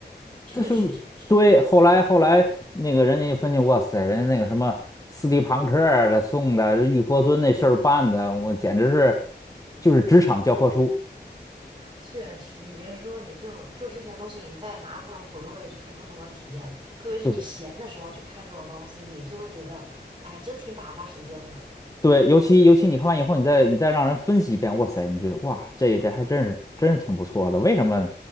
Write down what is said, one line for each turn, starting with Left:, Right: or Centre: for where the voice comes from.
Right: 确实确实
Left: 这是对。后来后来那个人家一分析，哇塞，人家那个什么斯蒂庞克儿的送的，这玉佛尊那事儿办的，我简直是就是职场教科书。
Right: 确实，你别说，你这种就之前东西，你再拿出来回味，确实不同的体验。特别是你闲的时候去看这种东西，
Left: 对
Right: 你就会觉得，哎，真挺打发时间的。
Left: 对，尤其尤其你看完以后，你再你再让人分析一遍，哇塞，你觉得哇，这这还真是真是挺不错的。为什么